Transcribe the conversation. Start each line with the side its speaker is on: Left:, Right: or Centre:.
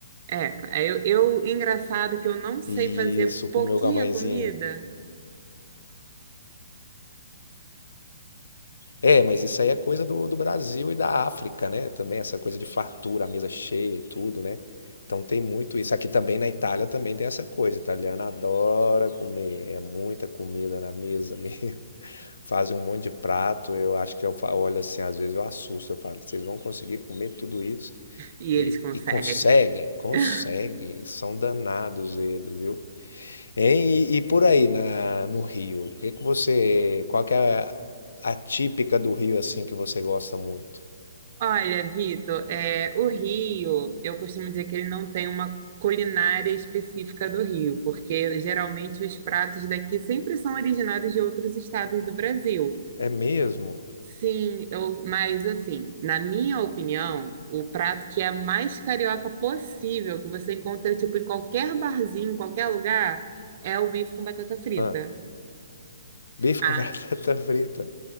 Right: É, é, eu, eu, engraçado que eu não sei
Left: E
Right: fazer
Left: isso, comeu
Right: pouquinha
Left: com a mãezinha.
Right: comida
Left: É, mas isso aí é coisa do, do Brasil e da África, né? Também essa coisa de fartura, a mesa cheia e tudo, né? Então tem muito isso. Aqui também na Itália também tem essa coisa. Italiano adora comer, é muita comida na mesa mesmo. <laughs> Fazem um monte de prato. Eu acho que eu fa- olho assim, às vezes eu assusto. Eu falo, vocês vão conseguir comer tudo isso?
Right: e eles
Left: E,
Right: conseguem.
Left: e conseguem, conseguem.
Right: <laughs>
Left: São danados eles, viu? Hein? E, e por aí na, no Rio, o que que você, qual que é a, a típica do Rio assim que você gosta muito?
Right: Olha, Vitor, é, o Rio, eu costumo dizer que ele não tem uma culinária específica do Rio, porque geralmente os pratos daqui sempre são originados de outros estados do Brasil.
Left: É mesmo?
Right: Sim, eu, mas assim, na minha opinião, o prato que é mais carioca possível, que você encontra tipo em qualquer barzinho, em qualquer lugar, é o bife com batata frita.
Left: Ah, bife
Right: A
Left: com <laughs> batata frita.